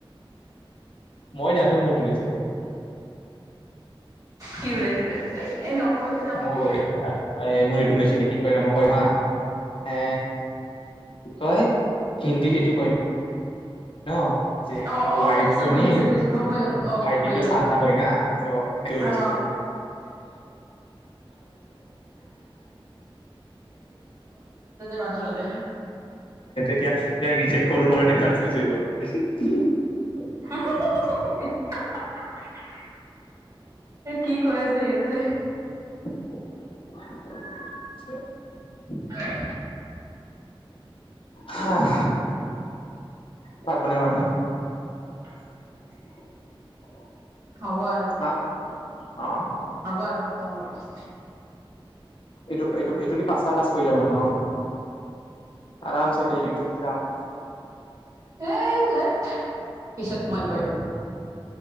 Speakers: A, on the left; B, on the right.
A: মই জানো মোৰ তুলিছিলে।
B: কি উলাইছিলে এ নকবি দে নকবি।
A: মোৰ এ মোৰ এইটো ওলাইছিলে কি মই কৰিমহা এ কি কয় হিন্দীত এইটো কয় ন? ন যে
B: অ অ
A: ৱাইফ
B: বুজিছো
A: জনীৰ
B: বুজিছো বুজি গম পাই গলো অ
A: ভাইটিটো
B: গম পাই গলো
A: কয় না সেইটো ওলাইছিল।
B: অ মাধা যলে
A: এতিয়া তিয়া ৰিজেক্ কৰো মোৰ এটা কনফিউজ হৈ গ'ল।
B: <unintelligible> কৰি আছে ইহতে।
A: <unintelligible>
B: হয়
A: হঃ ভাত বন মানে
B: <inaudible>
A: <unintelligible>
B: হ'ব আৰু।
A: হা অ
B: হ'ব আৰু খতম হ'ব।
A: এইটো এইটো ইটোদি পাঁচটা টাস্ক হৈ যাব ন? আৰামচে এতিয়া ইউটিউব চাম।
B: এ হত পিছত মই কৰিম।